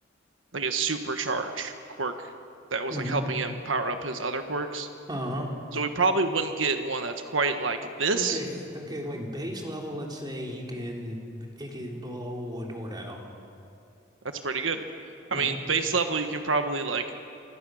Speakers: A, on the right; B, on the right.
A: like a supercharge quirk that was
B: hmm
A: like helping him power up his other quirks.
B: Uh-huh.
A: So we probably wouldn't get one that's quite like this.
B: Okay, okay, like base level, let's say you can it can blow a door down.
A: That's pretty good. I
B: hmm
A: mean, base level you can probably like